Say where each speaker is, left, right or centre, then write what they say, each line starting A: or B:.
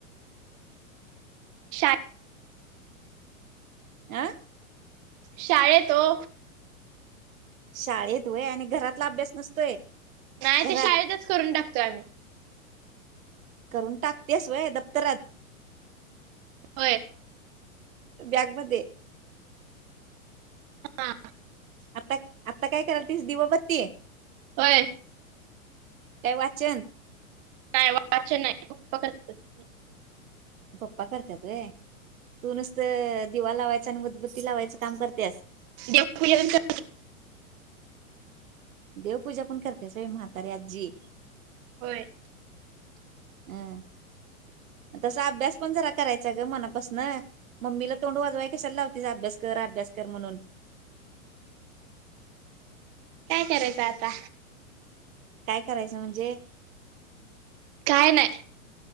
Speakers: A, on the right; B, on the right.
A: शाळे
B: आ
A: शाळेत ओ
B: शाळेत व्हय आणि घरातला अभ्यास नसतोय
A: नाही
B: घरात
A: ते शाळेतच करून टाकतोय आम्ही
B: करून टाकतेस व्हय दप्तरात
A: व्हय
B: बॅगमध्ये
A: हा
B: आता आता काय करालतीस दिवाबत्तीय
A: होय
B: काय वाचन
A: काय वाचन नाय उभ करत्यात
B: पप्पा करत्यात व्हय तू नुसत दिवा लावायचा आणि उदबत्ती लावायचं काम करत्यास
A: देव पुजा तेन कर
B: देवपूजा पण करत्यास व्हय म्हातारी आज्जी
A: होय
B: अं तसा अभ्यास पण जरा करायचा ग मनापासन मम्मीला तोंड वाजवाय कशाला लावतीस अभ्यास कर अभ्यास कर म्हणून
A: काय करायचं आता
B: काय करायचं म्हणजे
A: काय नाय